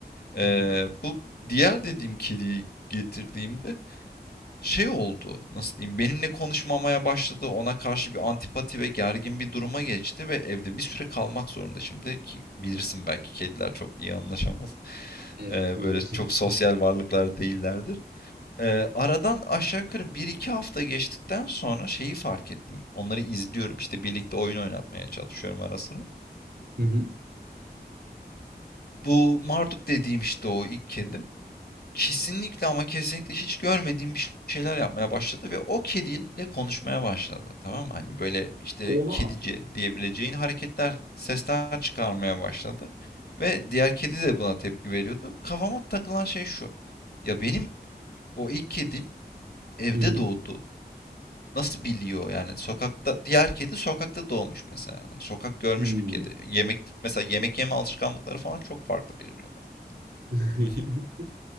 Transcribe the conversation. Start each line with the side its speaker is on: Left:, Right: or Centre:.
Left: Ee,
Right: Hı hı.
Left: bu diğer dediğim kediyi getirdiğimde şey oldu nasıl diyeyim benimle konuşmamaya başladı ona karşı bir antipati ve gergin bir duruma geçti ve evde bir süre kalmak zorunda şimdi ki bilirsin belki kediler çok iyi anlaşamaz
Right: Evet
Left: Ee,
Right: maalesef.
Left: böyle çok sosyal
Right: <laughs>
Left: varlıklar değillerdir. Ee, aradan aşağı yukarı bir iki hafta geçtikten sonra şeyi fark ettim onları izliyorum işte birlikte oyun oynatmaya çalışıyorum ara sıra.
Right: Hı hı.
Left: Bu Marduk dediğim işte o ilk kedim. Kesinlikle ama kesinlikle hiç görmediğim bir şeyler yapmaya başladı ve o kediyle konuşmaya başladı. Tamam mı? Hani, böyle, işte,
Right: Oha.
Left: kedice diyebileceğin hareketler, sesler çıkarmaya başladı ve diğer kedi de buna tepki veriyordu. Kafama takılan şey şu: Ya, benim o ilk kedim evde
Right: Hı hı.
Left: doğdu. Nasıl biliyor? Yani, sokakta diğer kedi sokakta doğmuş mesela. Hani, sokak görmüş
Right: Hmm.
Left: bir kedi. Yemek mesela yemek yeme alışkanlıkları falan çok farklı birbirinden.
Right: <laughs>
Left: Hı hı.